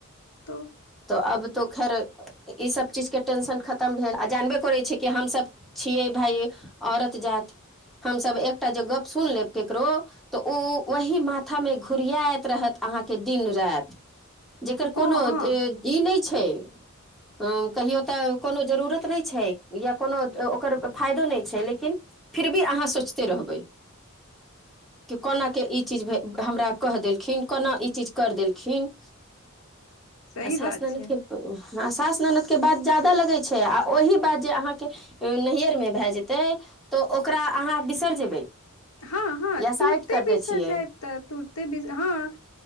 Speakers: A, on the left; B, in the centre.
A: तो
B: तऽ अब तो खर। ईसभ चीज के टेंशन खतम भेल आ जानबे करै छी कि हमसभ छियै भाय। औरत जाति हम सब एकटा जे गप सुन लेब ककरो तऽ ओ वही माथा मे घुरियाइत रहत अहाँके। दिन राति जेकर
A: हँ
B: कोनो
A: हँ
B: ई नहि छै। कहियो तऽ कोनो जरूरत नहि छै या कोनो ओकर फायदो नहि छै लेकिन। फिर भी अहाँ सोचिते रहबै। कि कोना के ई चीज हमरा कहहि देलखिन कोना ई चीज। कर देलखिन
A: सही
B: आ सास
A: बात
B: नानद
A: छै
B: के सास ननदके बात जादा लगैत छै आ ओहि बात जे अहाँके नैहरमे भए जेतै तऽ ओकरा अहाँ बिसरि जेबै।
A: हँ हँ
B: या
A: तुरते
B: साइड कर
A: बिसर
B: दै छियै
A: जायब तऽ तुरते बिसर हँ